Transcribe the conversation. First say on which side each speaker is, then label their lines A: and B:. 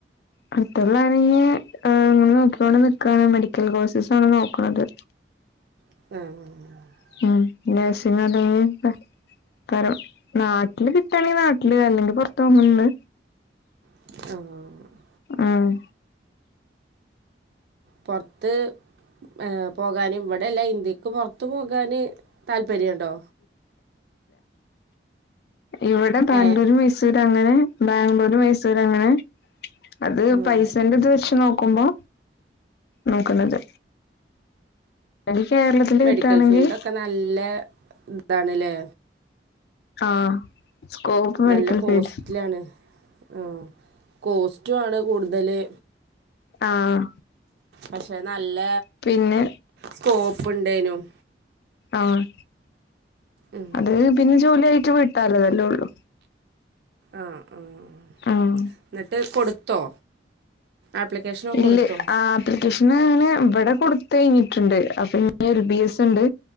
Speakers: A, on the left; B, on the right.
A: അടുത്തള്ളണെങ്കി ഇങ്ങനെ നോക്ക്യണ്ട് നിക്കാണ് മെഡിക്കൽ കോഴ്സസാണ് നോക്ക്ണത്
B: അഹ്
A: <unintelligible> ക്കാരം നാട്ടില് കിട്ടയാണെങ്കി നാട്ടില് അല്ലെങ്കിൽ പൊറത്ത്നൊക്ക്ണ്ട്
B: ആഹ്
A: ആഹ്
B: പൊറത്ത് ഏ പോകാന് ഇവിടെല്ല ഇന്ത്യക്ക് പൊറത്ത് പോകാന് താല്പര്യണ്ടോ
A: ഇവിടെ താണ്ടൂര്
B: ഏ
A: മിസ് മൈസൂർ അങ്ങനെ ബാംഗ്ലൂര് മൈസൂർ അങ്ങനെ അത്
B: ഉം
A: പൈസൻ്റെ ഇത് വെച്ച് നോക്കുമ്പോ നോക്കുന്നത് അല്ലെങ്കി കേരളത്തില്
B: മെഡിക്കൽ
A: കിട്ടുകയാണെങ്കിൽ
B: ഫീൽഡൊക്കെ നല്ല ഇതാണ്ല്ലേ
A: ആഹ് സ്കോപ് മെഡിക്കൽ
B: നല്ല കോസ്റ്റ്ലാണ്
A: ഫീൽഡ്
B: ആഹ് കോസ്റ്റു ആണ് കൂടുതല്
A: ആഹ്
B: പക്ഷെ നല്ല
A: പിന്നെ
B: സ്കോപ്പ് ഉണ്ടേനും
A: ആഹ്
B: ഉം
A: അത് പിന്നെ ജോലിയായിട്ട് വീട്ടാലതല്ലേ ഒള്ളൂ
B: ആഹ് ആ ഹ്
A: ആഹ്
B: ന്നട്ട് കൊടുത്തോ ആപ്ലിക്കേഷനൊക്കെ
A: ഇല്ല
B: കൊടുത്തോ
A: ആഹ് ആപ്ലിക്കേഷൻ അങ്ങനെ ഇവിടെ കൊടുത്തഴിഞ്ഞിട്ട്ണ്ട് അപ്പൊ എ ബി എസ് ഇണ്ട്